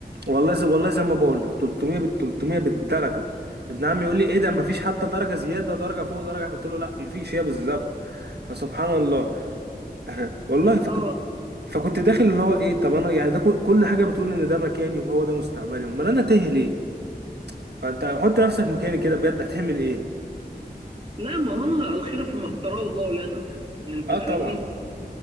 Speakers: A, on the right; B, on the right.
A: والله زي والله زي ما بقول لك 300 بال 300 بالدرجه ابن عمي يقول لي ايه ده مفيش حتى درجه زياده درجه فوق درجه قلت له لا مفيش هي بالظبط فسبحان الله <laughs> والله
B: اه
A: فكنت فكنت داخل اللي هو ايه طب انا يعني ده كل كل حاجه بتقول ان ده مكاني وهو ده مستقبلي امال انا تايه ليه فانت حط نفسك مكاني كده بجد هتعمل ايه
B: لا ما هو انا الخير فيما اختاره الله لنا يعني انت
A: اه
B: فاهمني
A: طبعا